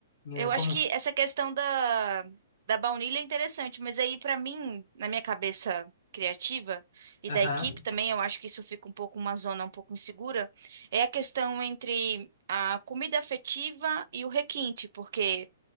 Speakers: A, on the left; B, on the right.
A: eh,
B: Eu
A: Como.
B: acho que essa questão da, da baunilha é interessante, mas aí pra mim, na minha cabeça criativa e
A: Aham,
B: da equipe também, eu acho que isso fica um pouco uma zona um pouco insegura, é a questão entre a comida afetiva e o requinte, porque